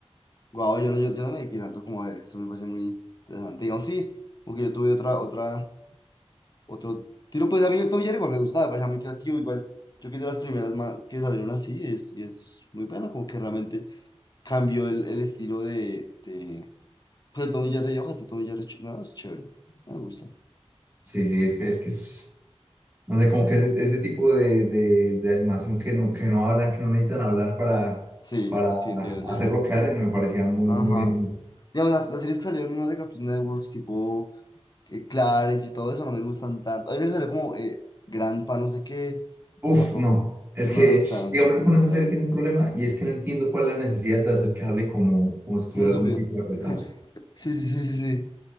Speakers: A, on the left (about 40°); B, on the right (about 20°).
A: Guau, yo no, yo, yo no me dediqué tanto como a ver, eso me parece muy interesante. Digamos, sí, porque yo tuve otra, otra, otro tiro, pues a mí Tom y Jerry igual me gustaba, me parecía muy creativo, igual. Yo que de las primeras ma- que salieron así, es, y es muy bueno, como que realmente cambió el, el estilo de, de, pues de Tom y Jerry y hojas de Tom y Jerry, ch- no, es chévere, me gusta.
B: Sí, sí, es que es que es. No sé, como que ese, ese tipo de, de, de animación que no, que no hablan, que no necesitan hablar para,
A: Sí,
B: para
A: sí, entiendo, entiendo.
B: hacer lo que hacen, me parecía muy,
A: Ajá.
B: muy genial.
A: Digamos, las, las series que salieron nuevas de Cartoon Network, tipo eh, Clarence y todo eso, no me gustan tanto. Hay una que salió como eh, Gran Pa, no sé qué
B: Uf,
A: Tampoco.
B: no. Es
A: No
B: que,
A: me gustaron,
B: digamos,
A: no
B: yo
A: me
B: con
A: gustaron.
B: esa serie tengo un problema y es que no entiendo cuál es la necesidad de acercarle como, como si tuviera
A: Como el
B: algún
A: subió.
B: tipo de retraso.
A: <laughs> Sí, sí, sí, sí, sí.